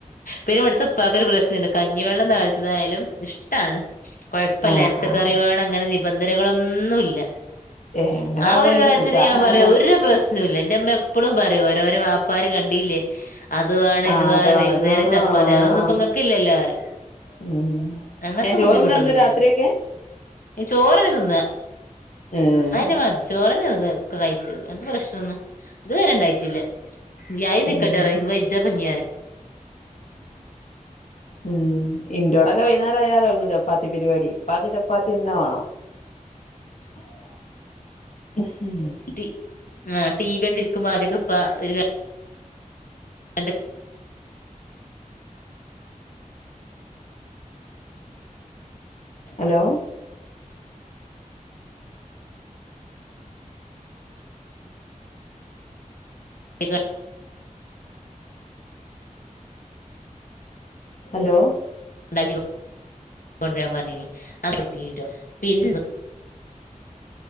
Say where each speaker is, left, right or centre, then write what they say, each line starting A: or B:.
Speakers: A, on the left; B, on the left.
A: പിന്നെ ഇവടുത്തെ ഇപ്പാക്കോരു പ്രശ്നണ്ട് കഞ്ഞിവെള്ളം താളിച്ചതായാലും ഇഷ്ട്ടാണ് കൊഴപ്പല്ല
B: ആഹ്
A: എരച്ചക്കറി
B: ആഹ്
A: വേണം അങ്ങനെ നിബന്ധനകളൊന്നുല്ല
B: ഏഹ് അങ്ങനെ
A: ആഹ്
B: ആകുമ്പോ
A: ഒരു
B: പിന്നെ
A: കാര്യത്തില്
B: സുഖാ
A: ഞാൻ പറയാ
B: ആഹ്
A: ഒരു പ്രശ്ന ന്നുല്ല ഇന്റെറ ഇമ്മ എപ്പളും പറയും ഓരോരോ വാപ്പാര് കണ്ടില്ലേ അത് വേണം
B: അത്
A: ഇത് വേണം വൈകുന്നേരം
B: അത് വേണം
A: ച പ്പാത്തി
B: ആഹ്
A: അതൊന്നുംപ്പങ്ങക്ക്ല്ലല്ലോ അറിം
B: ഉം
A: അങ്ങത്തെ
B: ഏഹ് ചോറ്ന്നാ
A: ബുദ്ധിമുട്ടൊന്നുല്ലട്ടോ
B: ഇന്ന് രാത്രിയൊക്കെ
A: ചോറന്നെ തിന്ന
B: ഏഹ്
A: അതന്നെ മ ചോറന്നെ ഒക്കെ കഴിച്ചല് അങ്ങൻത്തെ പ്രശ്നന്നും ഇത് വരെ ഇണ്ടായിട്ടില്ല <unintelligible>
B: ഏഹ് ഉം ഇന്റോടൊക്കെ വൈകുന്നേരം അയാതെടങ്ങും ചപ്പാത്തി പരിപാടി ഇപ്പക്ക് ചപ്പാത്തി തന്നെ വാണം <unintelligible>
A: ടി ടി വി കണ്ടിരിക്കുമ്പോ ആദ്യൊക്കെ ഇപ്പ ഒരു ര <unintelligible>
B: ഹലോ
A: <unintelligible>
B: ഹലോ
A: <unintelligible>